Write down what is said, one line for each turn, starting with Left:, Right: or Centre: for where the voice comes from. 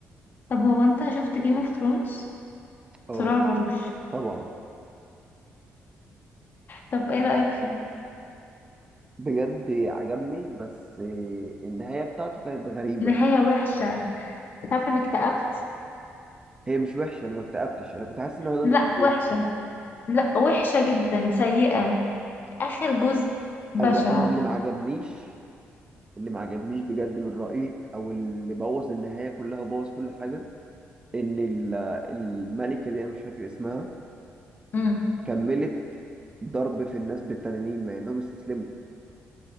Left: طب هو انت شفت جيم اوف ثرونز
Right: اه
Left: صراع العروش
Right: طبعا
Left: طب ايه رأيك فيه
Right: بجد عجبني بس آه، النهايه بتاعته كانت غريبه
Left: نهاية وحشة تعرف انك اكتئبت
Right: هي مش وحشه انا ما اكتئبتش انا كنت حاسس ان هو ده
Left: لا
Right: المفروض
Left: وحشة
Right: يحصل
Left: لا وحشة جدا سيئة آخر جزء بشع
Right: انا انا اللي ما عجبنيش اللي ما عجبنيش بجد من رأيي او اللي بوظ النهاية كلها وبوظ كل حاجة ان ال- الملكة دي انا مش فاكر اسمها
Left: امم
Right: كملت ضرب في الناس بالتنانين مع انهم استسلموا